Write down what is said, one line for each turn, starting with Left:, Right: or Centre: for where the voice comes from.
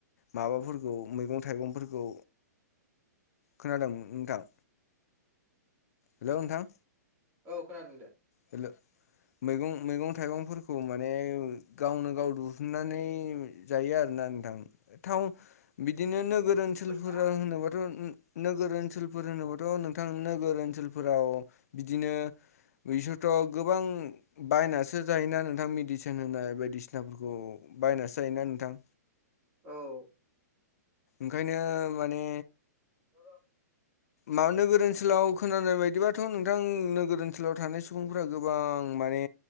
Left: माबाफोरखौ मैगं थाइगंफोरखौ खोनादों नोंथां। हेलौ नोंथां
Right: औ खोनादों दे।
Left: हेल' मैगं-मैगं थाइगंफोरखौ माने गावनो गाव दुहुननानै जायो आरोना नोंथां टावन बिदिनो नोगोर नोगोर ओनसोलफोराव
Right: हा
Left: होनोबाथ' नोगोर ओनसोलफोर होनोबाथ' नोंथां नोगोर ओनसोलफोराव बिदिनो बिसोरथ' गोबां बायनासो जायोना नों नोंथां मेडिसिन होनाय बायदिसिनाफोरखौ बायनासो जायोना नोंथां।
Right: औ
Left: ओंखायनो माने
Right: औ
Left: मा नोगोर ओनसोलाव खोनानाय बायदिबाथ' नोंथां नोगोर ओनसोलाव थानाय सुबुंफोरा गोबां माने